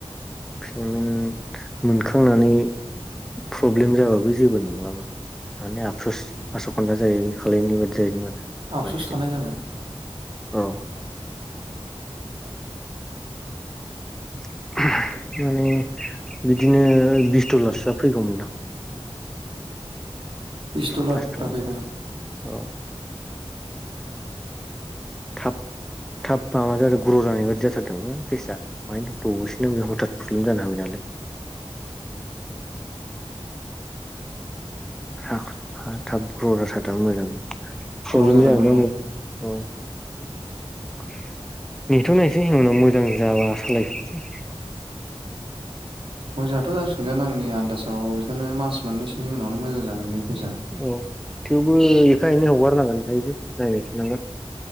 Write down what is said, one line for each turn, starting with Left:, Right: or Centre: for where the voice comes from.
Centre: पेमेन्ट मोनखांनानै प्रब्लेम जाबाबो जेबो नंलामोन माने आबसुस आस' खानदा जायो खालनाय बादि जाहैदों आरो।
Right: आफपस'स
Centre: बायसे
Right: थानाय जाबाय।
Centre: औ
Right: <inaudible>
Centre: <inaudible> माने बिदिनो बिसथलसोआ फैगौमोनदां <inaudible>
Right: पिस्टलार
Centre: फार्स्ट पेमेन्ट
Right: बारा फैगौमोन
Centre: औ थाब थाब माबा जादों ग्र' जानाय बाददि जाथारदोंमोन फेसाआ मायनो दसेनो बे हथाथ प्रब्लेम जानो हाबाय नालाय। <inaudible> हा हा थाब ग जाथारा मोजां प्रब्लेम
Right: ग्र' जादोंमोन
Centre: जाया
Right: औ
Centre: औ <inaudible> नेथ' नायस उनाव मोजां जाबा सालायफिनसै।
Right: मोजाङथ' जासिनगोन आंनि आन्दाजाव बिदिनो मास मोननैसोनि उनावनो मोजां जागोन बे। पेजआ
Centre: औ थेवबो एफा एनै हगारनांगोन। बेहायबो नायगासिनांगोन